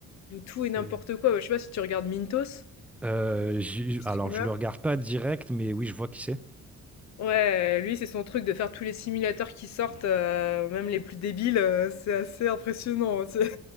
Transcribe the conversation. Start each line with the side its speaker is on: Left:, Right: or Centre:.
Left: de tout
Centre: C'est...
Left: et n'importe quoi. Bah, je sais pas si tu regardes Mintos,
Centre: Euh, j'ai-
Left: un streamer?
Centre: alors, je le regarde pas direct, mais oui, je vois qui c'est.
Left: Ouais, lui c'est son truc de faire tous les simulateurs qui sortent, heu, même les plus débiles, heu, c'est assez impressionnant, hein, tu sais?